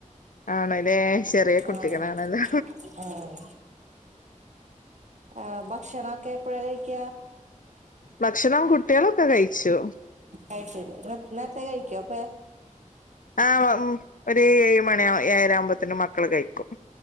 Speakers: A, on the left; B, on the right.
A: ആണല്ലേ ചെറിയ കുട്ടികളാണല്ലോ
B: ആഹ് ആഹ് ആഹ് ഭക്ഷണൊക്കെ എപ്പഴ കഴിക്ക
A: ഭക്ഷണം കുട്ടികളൊക്കെ കഴിച്ചു.
B: കഴിച്ചു നേരത്തെ കഴിക്കോ അപ്പേ
A: ആഹ് ഉം ഒരു ഏഴ് മണി ഏഴര ആകുമ്പത്തിനും മക്കള് കഴിക്കും.